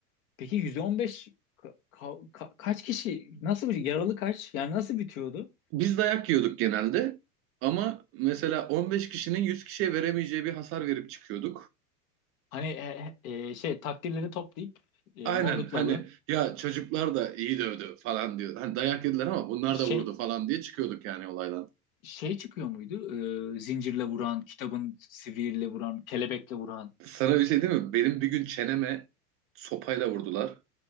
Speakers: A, on the left; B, on the right.
A: peki yüze 15 ka- ka- ka- kaç kişi nasıl bir yaralı kaç? Yani nasıl bitiyordu?
B: Biz dayak yiyorduk genelde ama mesela 15 kişinin 100 kişiye veremeyeceği bir hasar verip çıkıyorduk.
A: Hani e, e, şey takdirleri toplayıp e,
B: Aynen
A: morluklarla
B: hani ya çocuklar da iyi dövdü falan diyor. Hani dayak yediler ama bunlar
A: şey
B: da vurdu falan diye çıkıyorduk yani olaydan.
A: şey çıkıyor muydu? E, zincirle vuran, kitabın sivriyle vuran, kelebekle vuran.
B: Sana bir şey değil mi? Benim bir gün çeneme sopayla vurdular.